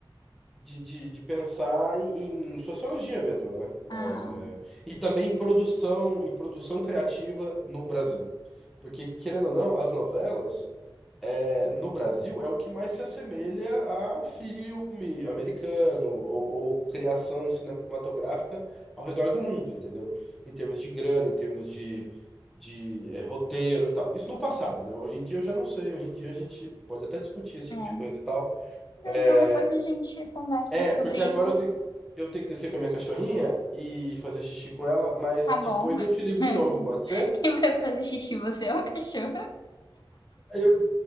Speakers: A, in the centre; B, on the left (about 55°).
A: de, de, de pensar em, em sociologia mesmo, né?
B: Ah,
A: É, e também em produção, em produção criativa no Brasil. Porque, querendo ou não, as novelas. é, no Brasil é o que mais se assemelha a filme americano ou, ou criação cinematográfica ao redor do mundo, entendeu? Em termos de grana, em termos de, de é, roteiro e tal. Isso no passado, né? Hoje em dia eu já não sei. Hoje em dia a gente pode até discutir esse
B: é.
A: tipo
B: Mas,
A: de coisa e tal. É,
B: então depois a gente conversa
A: é
B: sobre
A: porque agora
B: isso.
A: eu tenho, eu tenho que descer com a minha cachorrinha e fazer xixi com ela, mas
B: Tá
A: depois
B: bom.
A: eu te ligo
B: <laughs>
A: de novo, pode ser?
B: Quem vai fazer xixi, você ou o cachorro?
A: Eu-